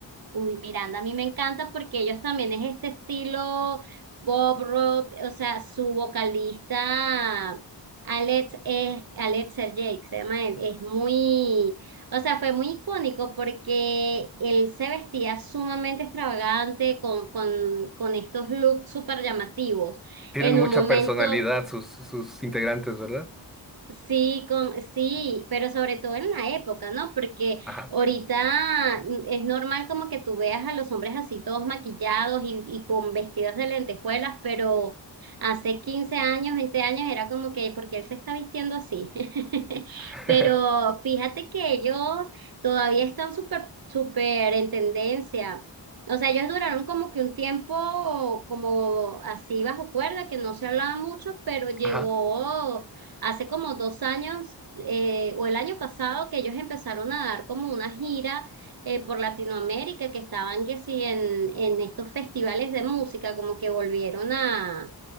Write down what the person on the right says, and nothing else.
Uy, Miranda, a mí me encanta porque ellos también es este estilo Bob rock, o sea, su vocalista Alex es Alex Sergey, que se llama él, es muy, o sea, fue muy icónico porque él se vestía sumamente extravagante con, con, con estos looks súper llamativos.
En
un momento
Sí, con, sí, pero sobre todo en la época, ¿no? Porque
ahorita es normal como que tú veas a los hombres así todos maquillados y, y con vestidos de lentejuelas, pero hace 15 años, 20 años era como que, porque él se está vistiendo así? <laughs>
Pero fíjate que ellos todavía están súper, súper en tendencia. O sea, ellos duraron como que un tiempo como así bajo cuerda, que no se hablaba mucho, pero llegó
Hace como dos años eh, o el año pasado que ellos empezaron a dar como una gira eh, por Latinoamérica, que estaban que sí en, en estos festivales de música, como que volvieron a,